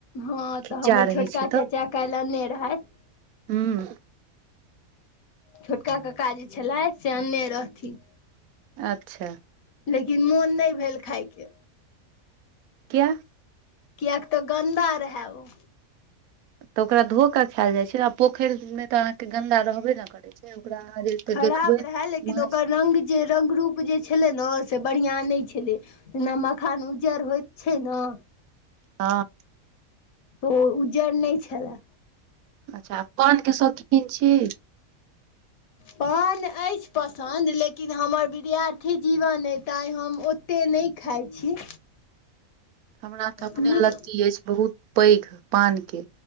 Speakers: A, on the left; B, on the right.
A: हँ
B: खिज्जा
A: तऽ हमर
B: रहै
A: छोटका
B: छै
A: चाचा काल्ह आनने रहैथ
B: हूँ
A: छोटका कक्का जे छलैथ से अनने रहथिन
B: अच्छा
A: लेकिन मोन नय भेल खायके
B: किया
A: कियक तऽ गन्दा रहै ओ
B: तऽ ओकरा धो के खायल जाय छै ने आ पोखरि मे तऽ अहाँ के गन्दा रहबे नै करे छै ओकरा अहाँ जे तऽ
A: खराब
B: देखबै
A: रहै लेकिन
B: माछ
A: ओकर रंग जे रंगरूप जे छलै ने से बढ़िआँ नय छलै जेना मखान उज्जर होइत छै न
B: हँ
A: वो उज्जर नय छलए
B: अच्छा पान के शौकीन छी <inaudible>
A: पन ऐछ पसन्द लेकिन हमर विद्यार्थी जीवन ऐछ तै हम ओ अते नय खाइ छी
B: हमरा तऽ अपने
A: नीक
B: लत्ती ऐछ बहुत पैघ पान के